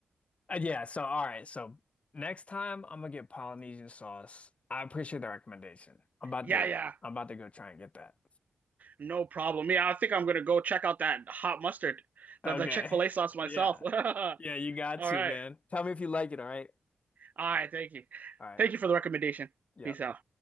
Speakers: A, on the left; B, on the right.
A: Uh, yeah, so all right, so next time I'm gonna get Polynesian sauce. I appreciate the recommendation. I'm about
B: Yeah,
A: to
B: yeah.
A: I'm about to go try and get that.
B: No problem. Yeah, I think I'm gonna go check out that hot mustard,
A: Okay.
B: the, the Chick-fil-A sauce myself.
A: Yeah.
B: <laughs> All
A: Yeah, you got
B: right.
A: to, man. Tell me if you like it, all right?
B: All right, thank you.
A: All right.
B: Thank you for the recommendation.
A: Yep.
B: Peace out.